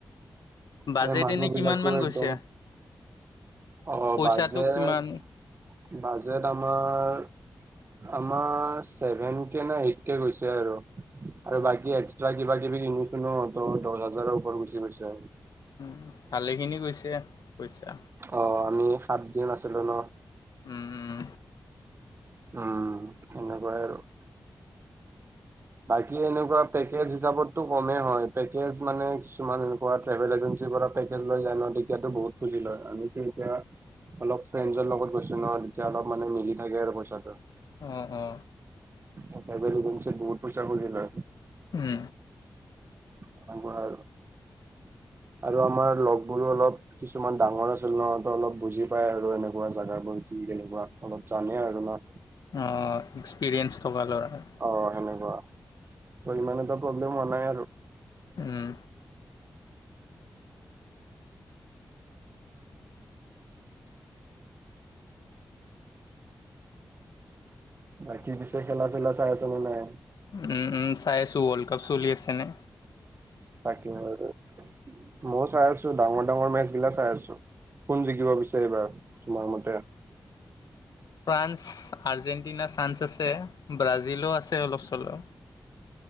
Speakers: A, on the left (about 75°); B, on the right (about 35°).
A: বাজেট
B: তাতে মানুহ
A: এনেই
B: বিলাকো
A: কিমান মান গৈছে।
B: একদম অ
A: পইচাটো
B: বাজেট
A: কিমান
B: বাজেট আমাৰ। আমাৰ ছেভেন কে নে এইট কে গৈছে আৰু আৰু বাকী এক্সট্ৰা কিবা কিবি কিনোতেনো দহ হাজাৰৰ ওপৰত গুচি গৈছে
A: উম ভালেখিনি গৈছে পইচা।
B: অ আমি সাতদিন আছিলো ন।
A: উম উম
B: উম এনেকুৱাই আৰু বাকী এনেকুৱা পেকেজ হিচাপতটো কমেই হয় পেকেজ মানে কিছুমান এনেকুৱা ট্ৰেভেল এজেঞ্চিৰ পৰা পেকেজ লৈ যায় ন তেতিয়াতো বহুত খুজি লয় আমিটো এতিয়া অলপ ফ্ৰেণ্ডছৰ লগত গৈছো ন তেতিয়া অলপ মানে মিলি থাকে আৰু পইচাটো।
A: অ অ
B: ট্ৰেভেল এজেঞ্চিত বহুত পইচা খুজি লয়।
A: উম
B: সেনেকুৱা আৰু আৰু আমাৰ লগবোৰো অলপ কিছুমান ডাঙৰ আছিল ন সিহঁতে অলপ বুজি পাই আৰু এনেকুৱা জেগাবোৰ কি কেনেকুৱা অলপ জানে আৰু ন।
A: অ এক্সপিৰিয়েঞ্চ থকা লৰা
B: অ সেনেকুৱা ইমান এটা প্ৰব্লেম হোৱা নাই আৰু
A: উম
B: বাকী পিছে খেলা চেলা চাই আছ নে নাই।
A: উম উম চাই আছোঁ ৱৰ্ল্ড কাপ চলি আছেনে।
B: তাকে আৰু ম মইয়ো চাই আছো ডাঙৰ ডাঙৰ মেচ বিলাক চাই আছো। কোন জিকিব বিচাৰিবা তোমাৰ মতে।
A: ফ্ৰান্স আৰ্জেণ্টিনা চান্স আছে ব্ৰাজিলো আছে অলপ চলপ।